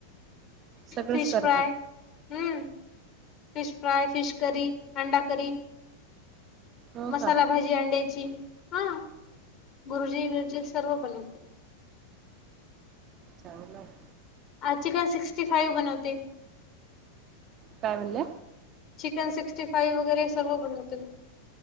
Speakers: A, on the right; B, on the left.
A: सगळंच
B: फिश
A: करता
B: फ्राय. हम्म फिश फ्राय, फिश करी, अंडा करी
A: हो
B: मसाला
A: का
B: भाजी अंड्ये जी हा बुरुजी बीरजी सर्व बनवत
A: चांगले <unintelligible>
B: आज चिकन सिक्स्टी फाईव्ह बनवते.
A: काय म्हणल्या?
B: चिकन सिक्स्टी फाय वगैरे सर्व बनवते मी.